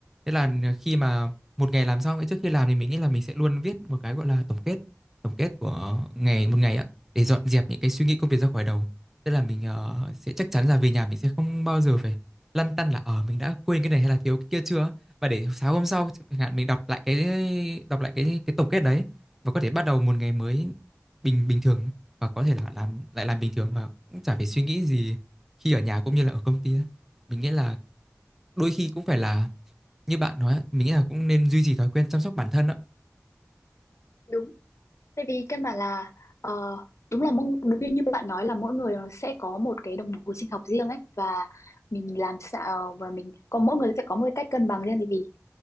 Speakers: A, in the centre; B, on the left.
A: thế là khi mà một ngày làm xong ấy, trước khi làm thì mình nghĩ là mình sẽ luôn viết một cái gọi là tổng kết tổng kết của ngày một ngày á để dọn dẹp những cái suy nghĩ công việc ra khỏi đầu tức là mình ờ, sẽ chắc chắn là về nhà mình sẽ không bao giờ phải lăn tăn là ờ mình đã quên cái này hay là thiếu cái kia chưa và để sáng hôm sau chẳng hạn mình đọc lại cái đọc lại cái cái tổng kết đấy và có thể bắt đầu một ngày mới bình bình thường và có thể là làm lại làm bình thường và cũng chả phải suy nghĩ gì khi ở nhà cũng như là ở công ty mình nghĩ là đôi khi cũng phải là như bạn nói mình nghĩ là cũng nên duy trì thói quen chăm sóc bản thân đó
B: đúng tại vì căn bản là ờ, đúng là mong đúng như, như bạn nói là mỗi người nó sẽ có một cái đồng hồ sinh học riêng ấy và mình làm sao ờ, và mình có mỗi người sẽ có một cái cách cân bằng riêng thì vì